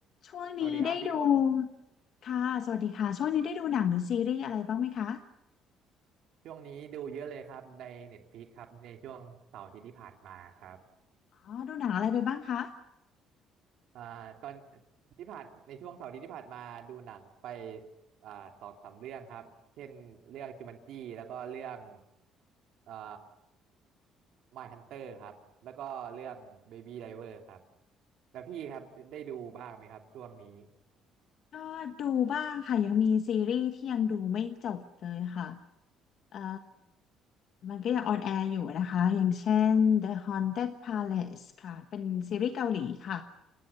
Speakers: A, on the left; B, on the right.
A: ช่วงนี้ได้ดู
B: สวัสดีครับพี่อ้น
A: ค่ะสวัสดีค่ะช่วงนี้ได้ดูหนังหรือซีรีส์อะไรบ้างไหมคะ
B: ช่วงนี้ดูเยอะเลยครับใน Netflix ครับในช่วงเสาร์อาทิตย์ที่ผ่านมาครับ
A: อ๋อดูหนังอะไรไปบ้างคะ
B: อ่าตอนที่ผ่านในช่วงเสาร์อาทิตย์ที่ผ่านมาดูหนังไปอ่าสองสามเรื่องครับเช่นเรื่องจูมันจีแล้วก็เรื่องอ่า Mindhunter ครับแล้วก็เรื่องเบ a b y d เวอร์ครับแล้วพี่ครับได้ดูบ้างไหมครับช่วงนี้
A: ก็ดูบ้างค่ะยังมีซีรีส์ที่ยังดูไม่จบเลยค่ะเอ่อมันก็ยังออนแอร์อยู่นะคะอย่างเช่น The Haunted Palace ค่ะเป็นซีรีส์เกาหลีค่ะ